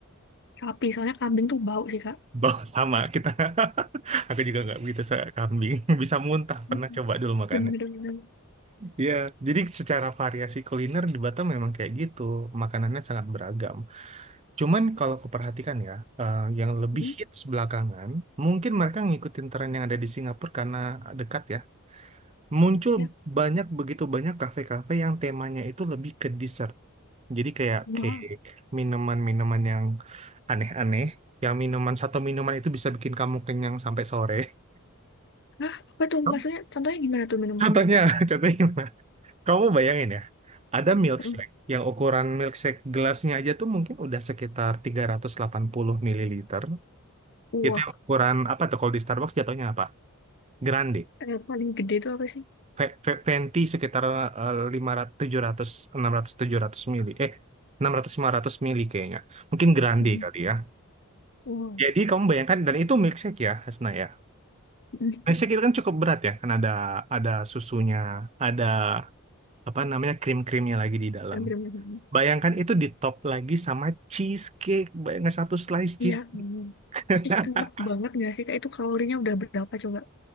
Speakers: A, on the left; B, on the right.
A: Sapi, soalnya kambing tuh bau sih, Kak.
B: <laughs> Bah, sama kita. <laughs> Aku juga nggak begitu suka kambing. <laughs> Bisa muntah. Pernah
A: Mm-mm.
B: coba dulu makannya.
A: Bener, bener. bener.
B: Iya, jadi secara variasi kuliner di Batam memang kayak gitu, makanannya sangat beragam. Cuman kalau aku perhatikan ya, eh, yang lebih
A: Mm.
B: hits belakangan, mungkin mereka ngikutin tren yang ada di Singapura karena dekat ya. Muncul
A: Ya,
B: banyak begitu banyak kafe-kafe yang temanya itu lebih ke dessert. Jadi kayak
A: wah.
B: cake, minuman-minuman yang aneh-aneh, yang minuman satu minuman itu bisa bikin kamu kenyang sampai sore.
A: Hah, apa tuh?
B: <laughs>
A: Maksudnya contohnya gimana tuh minumannya?
B: Contohnya, contohnya gimana? Kamu bayangin ya, ada milkshake
A: Mm.
B: yang ukuran milkshake gelasnya aja tuh mungkin udah sekitar 380 mililiter.
A: Wah.
B: Itu yang ukuran apa tuh kalau di Starbucks jatuhnya apa? Grande.
A: Yang paling gede tuh apa sih?
B: Ve- ve- Venti sekitar eh, lima ratus, tujuh ratus, enam ratus, tujuh ratus mili. Eh enam ratus, lima ratus mili kayaknya. Mungkin grande
A: Mm.
B: kali ya.
A: Wah.
B: Jadi kamu bayangkan dan itu milkshake ya, Hasna ya.
A: Mm.
B: Milkshake itu kan cukup berat ya, kan ada ada susunya, ada apa namanya krim-krimnya lagi di dalam.
A: Bener-bener.
B: Bayangkan itu di top lagi sama cheesecake. Bayangkan satu slice cheesecake.
A: Iya. bener.
B: <laughs>
A: Ih, enak banget gak sih? kak itu kalorinya udah berapa coba?